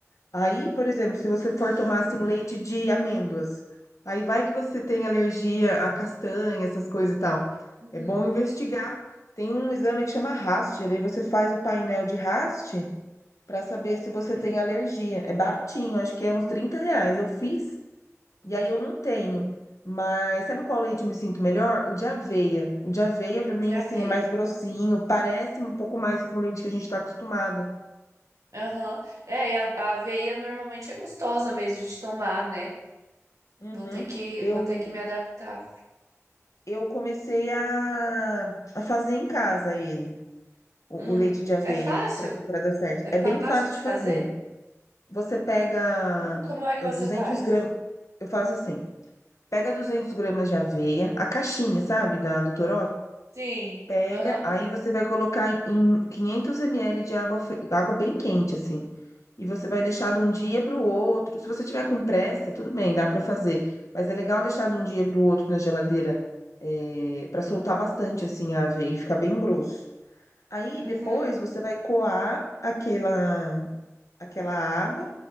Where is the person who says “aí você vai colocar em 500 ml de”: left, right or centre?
Left